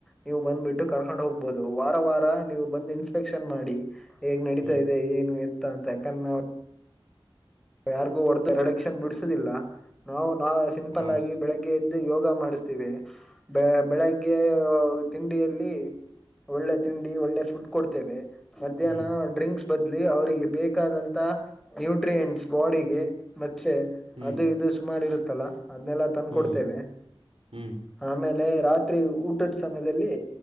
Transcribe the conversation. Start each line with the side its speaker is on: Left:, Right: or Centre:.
Centre: ನೀವು ಬಂದ್ಬಿಟ್ಟು ಕರ್ಕೊಂಡ್ ಹೋಗ್ಬಹುದು ವಾರ ವಾರ ನೀವು ಬಂದು ಇನ್ಸ್ಪೆಕ್ಷನ್ ಮಾಡಿ ಹೇಗ್ ನಡೀತಾ
Right: ಹ್ಮ್
Centre: ಇದೆ ಏನು ಎತ್ತ ಅಂತ ಯಾಕ ಹ <inaudible> ಯಾರಿಗೂ ಹೊಡೆದು ರೆಡೆಕ್ಷನ್ ಬಿಡಸುದಿಲ್ಲ ನಾವು ನಾ ಸಿಂಪಲ್
Right: ಹ
Centre: ಆಗಿ ಬೆಳಗ್ಗೆ ಎದ್ದು ಯೋಗ ಮಾಡಿಸಿ ಬೆ ಬೆಳಗ್ಗೆ ತಿಂಡಿಯಲ್ಲಿ ಒಳ್ಳೆ ತಿಂಡಿ ಒಳ್ಳೆ ಫುಡ್ ಕೊಡ್ತೇವೆ ಮಧ್ಯಾಹ್ನ
Right: ಹ್ಮ್
Centre: ಡ್ರಿಂಕ್ಸ್ ಬದ್ಲಿ ಅವರಿಗೆ ಬೇಕಾದಂತ ನ್ಯೂಟ್ರಿಯೆಂಟ್ಸ್ ಬಾಡಿಗೆ ಮೆ
Right: ಹ್ಮ್
Centre: ಅದು ಇದು ಸುಮಾರು ಇರುತ್ತಲ್ಲ ಅದನೆಲ್ಲ ತಂದ
Right: ಹ್ಮ್
Centre: ಕೊಡ್ತೇವೆ
Right: ಹ್ಮ್
Centre: ಆಮೇಲೆ ರಾತ್ರಿ ರಾತ್ರಿ ಊಟದ ಸಮಯದಲ್ಲಿ